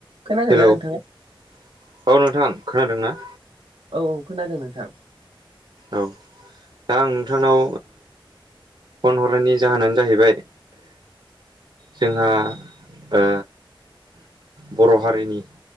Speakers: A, on the right (about 80°); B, on the right (about 60°).
A: खोनादोंना
B: हेलौ
A: नोंथाङा
B: - औ नोंथां खोनादों ना?
A: औ औ खोनादों नोंथां।
B: औ दा आं नोंथांनाव फन हरनायनि जाहोनानो जाहैबाय जोंहा ओ बर' हारिनि